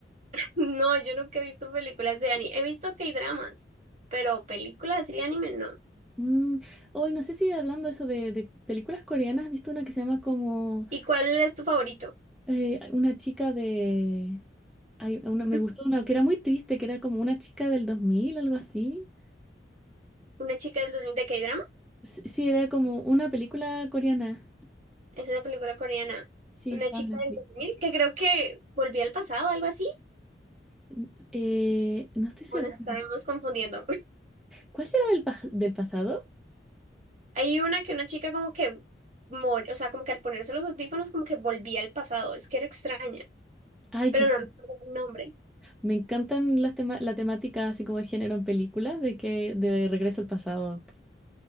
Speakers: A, on the right; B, in the centre.
A: No, yo nunca he visto películas de anime. He visto K-dramas, pero películas de anime no.
B: Mm, hoy no sé si hablando eso de, de películas coreanas, ¿has visto una que se llama como
A: ¿Y cuál es tu favorito?
B: eh, una chica de... Hay una, me
A: <clears throat>
B: gustó una que era muy triste, que era como una chica del 2000 algo así.
A: Una chica del 2000 de K-dramas.
B: Sí, sí, era como una película coreana.
A: Es una película coreana.
B: Sí,
A: Una
B: estaba
A: chica
B: en Netflix.
A: del dos mil que creo que volvió al pasado, algo así.
B: N- eh, no estoy segura.
A: ¿O nos estaremos confundiendo?
B: ¿Cuál será del, pa- del pasado?
A: Hay una que una chica como que, mor- o sea, como que al ponerse los audífonos como que volvía al pasado, es que era extraña,
B: Ay,
A: pero
B: qué...
A: no recuerdo el nombre.
B: Me encantan las tema- la temática así como de género en películas, de que de Regreso al Pasado.